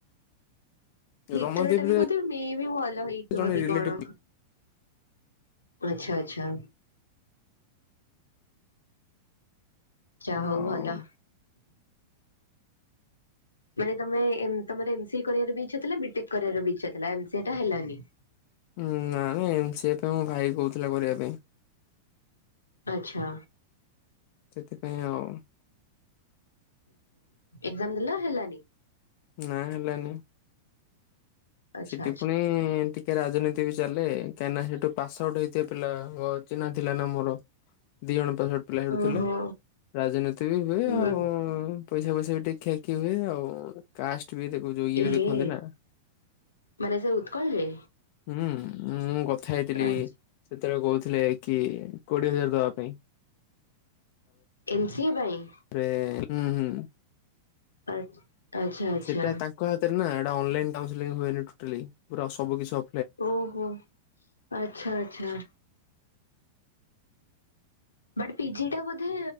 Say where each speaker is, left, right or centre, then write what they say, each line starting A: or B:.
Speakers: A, on the left; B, on the left.
A: ଭିତରଟା
B: ରମାଦେବୀରେ
A: ବି ବୋଧେ ମେ ବି ଭଲ ହେଇଥିବ
B: ଜଣେ
A: କି
B: ରିଲେଟିଭ
A: କଣ। ଆଚ୍ଛା ଆଚ୍ଛା। ଯାହା
B: ଆଉ।
A: ହଉ ଭଲ।
B: <inaudible>
A: ମାନେ ତମେ ତମର ଏମ୍ ସି କରିବାର ବି ଇଛା ଥିଲା ବିଟେକ୍ କରିବାର ବି ଇଚ୍ଛା ଥିଲା। ସେଇଟା ହେଲାନି।
B: ନା ନାଇଁ ମ ଏମ୍ ସି ପାଇଁ ମୋ ଭାଇ କହୁଥିଲା କରିବା ପାଇଁ।
A: ଆଚ୍ଛା।
B: ସେଥିପାଇଁ ଆଉ
A: ଏଜାମ୍ ଦେଲା ହେଲାନି।
B: ନା ହେଲାନି।
A: ଆଚ୍ଛା
B: ସେଠି
A: ଆଚ୍ଛା
B: ପୁଣି ଟି ଟିକେ ରାଜନୀତି ବି ଚାଲେ କାହିଁକିନା ସେଠୁ ପାସ ଆଉଟ୍ ହେଇଥିବା ପିଲାଙ୍କ ଚିହ୍ନା ଥିଲା ନା ମୋର ଦି ଜଣ ପାସ ଆଉଟ୍ ପିଲା ହେଉଟୁଥିଲେ
A: ଓହୋ।
B: ରାଜନୀତି ବି ହୁଏ
A: ହୁଁ
B: ଆଉ ପଇସା ଫଇସା ବି ଟିକେ ଦେଖା ଦେଖି ହୁଏ ଆଉ କାଷ୍ଟ୍ ବି ଦେଖ ଯୋଗ
A: ଏହେ
B: ବି ଦେଖନ୍ତି ନା
A: ମାନେ ସେ ଉତ୍କଳରେ
B: ହୁଁ ମୁଁ କଥା ହେଇଥିଲି
A: ଆଚ୍ଛା।
B: ସେତେବେଳେ କହୁଥିଲେ କି କୋଡିଏ ହଜାର ଦବା ପାଇଁ।
A: ଏମ୍ ସିଏ ପାଇଁ?
B: ରେ ଉଁ ହୁଁ ହୁଁ।
A: ଆଚ୍ଛା। ଆଚ୍ଛା ଆଚ୍ଛା
B: ସେଇଟା ତାଙ୍କ ହାତରେ ନା ଏଟା ଅନଲାଇନ କାଉସଂ ହୁଏନି ଟୋଟାଲି ପୁରା ସବୁ କିସ
A: ଓହୋ ଆଚ୍ଛା ଆଛା। ବାଟ୍ ପିଜି ଟା ବୋଧେ